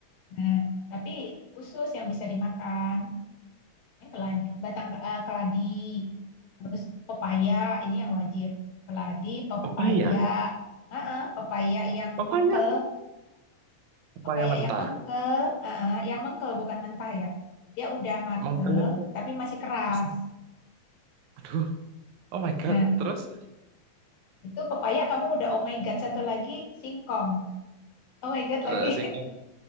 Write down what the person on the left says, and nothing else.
Nah, tapi khusus yang bisa dimakan. Ini keladi, batang ke- eh, keladi. Terus pepaya, ini yang wajib. Keladi, pepaya.
Heeh, pepaya yang
mengkel.
Pepaya
yang mengkel. Heeh, yang mengkel bukan mentah ya. Dia udah mateng,
tapi masih keras.
Nah,
Itu pepaya kamu udah oh my god satu lagi singkong. Oh my god
lagi